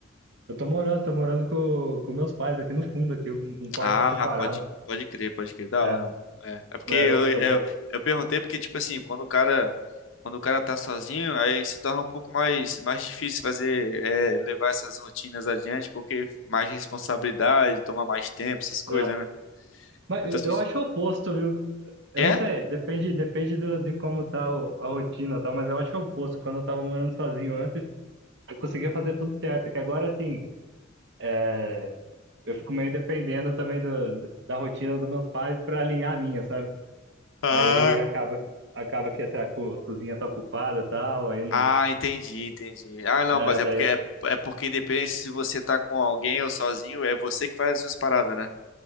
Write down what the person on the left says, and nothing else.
Ah,
pode, pode crer, pode crer, da
hora. mano. É, é porque
eu,
eu,
eu perguntei porque, tipo assim, quando o cara, quando o cara tá sozinho, aí se torna um pouco mais, mais difícil fazer, é, levar essas rotinas adiante, porque mais responsabilidade, toma mais tempo, essas coisas,
né?
Eu
tô sentindo...
É?
Ah,
Ah, entendi, entendi. Ah, não,
mas é
porque,
é, é porque independente se você tá com alguém ou sozinho, é você que faz as suas paradas, né?